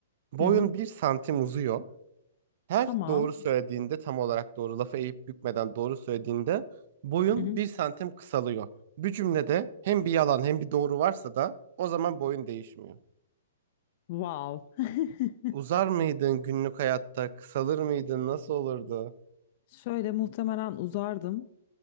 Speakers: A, on the right; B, on the left.
A: boyun
B: hı. hı.
A: bir santim uzuyor. Her
B: Tamam.
A: doğru söylediğinde tam olarak doğru lafı eğip bükmeden doğru söylediğinde boyun
B: Hı hı.
A: bir santim kısalıyor. Bir cümlede hem bir yalan hem bir doğru varsa da o zaman boyun değişmiyor.
B: Wow. <laughs>
A: Uzar mıydın günlük hayatta? Kısalır mıydın? Nasıl olurdu?
B: Şöyle muhtemelen uzardım.